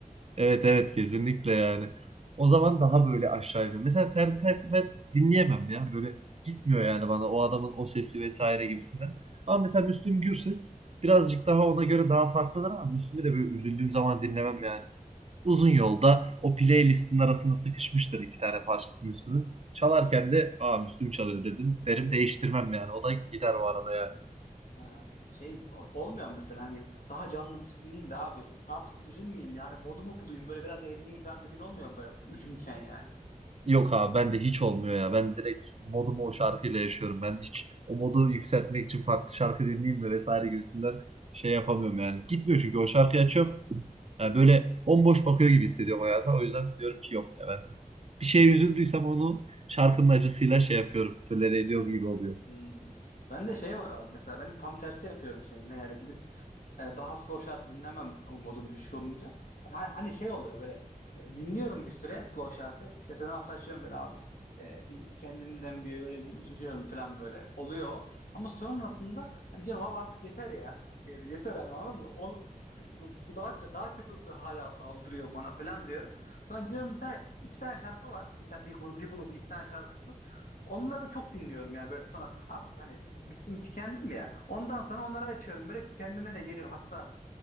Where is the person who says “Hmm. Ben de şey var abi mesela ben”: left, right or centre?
Left